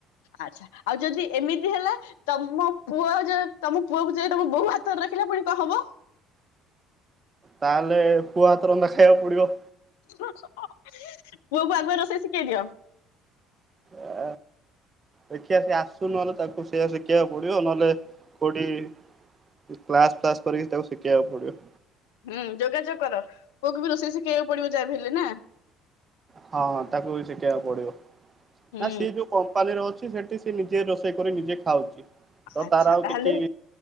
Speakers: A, on the left; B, on the right.
A: ଆଚ୍ଛା ଆଉ ଯଦି ଏମିତି ହେଲା। ତମ ପୁଅ ଯଉ ତମ ପୁଅକୁ ଯାଇ ତମ ବୋହୁ ହାତରେ ରଖିଲା ପୁଣି କଣ ହବ?
B: ତାହେଲେ ପୁଆ ହାତ ରନ୍ଧା ଖାଇବାକୁ ପଡିବ।
A: ପୁଅକୁ ଆଗୁଆ ରୋଷେଇ ଶିଖେଇ ଦିଅ।
B: ଆ ଦେଖି ଆସି ଆସୁ ନହେଲେ ତାକୁ ସେୟା ସ ଶିଖିବାକୁ ପଡିବ ନହେଲେ କୋଉଠି କ୍ଲାସ ଫ୍ଲାସ କରିକି ତାକୁ ଶିଖେଇକୁ ପଡିବ।
A: ହୁଁ ଯୋଗାଯୋଗ କର ପୁଅକୁ ବି ରୋଷେଇ ଶିଖେଇିବାକୁ ପଡିବ ଯା ବି ହେଲେ ନା।
B: ହଁ ହଁ ତାକୁ ବି ଶିଖେଇଆକୁ ପଡିବ
A: ହୁଁ
B: ନା ସିଏ ଯୋଉ କମ୍ପାନୀର ଅଛି ସେଠି ସେ ନିଜେ ରୋଷେଇ କରି ନିଜେ ଖାଉଛି ତ
A: ଆଚ୍ଛା
B: ତାର ଆଉ
A: ତାହେଲେ
B: କିଛି